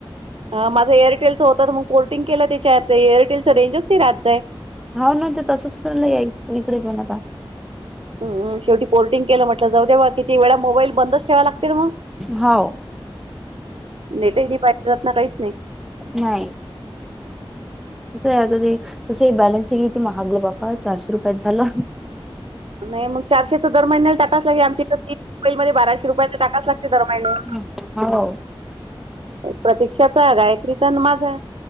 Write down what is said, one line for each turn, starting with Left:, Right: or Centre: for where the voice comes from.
Right: ह माझा एअरटेलचं होत तर मग कोर्टिंग केलं त्याच्यात एअरटेलचं रेंजच नाही राच आहे.
Centre: होा ना ते तसंच फरलं याई इकडेच बण आता
Right: हमम शेवट पोर्टिंग केलं म्हटलं जाऊ देव्हा किती वेळा मोबाईल बंदच ठेवा लागते मग
Centre: हो
Right: नेटी पाहिज जात ना काहीच नाही
Centre: नाही. त आहे आता ते तसं बॅलन्सिंगती महागलं बापा चारशे रुपयाच झालं.
Right: नाही मग चारशेचा दर महिन्याला टाकाच लागे आम इथ ती मोबाईल म बाराशे रुपया टाकाच लागते तर महिने
Centre: हो हो
Right: प्रतीक्षाचा गायत्रीचा आणि माझा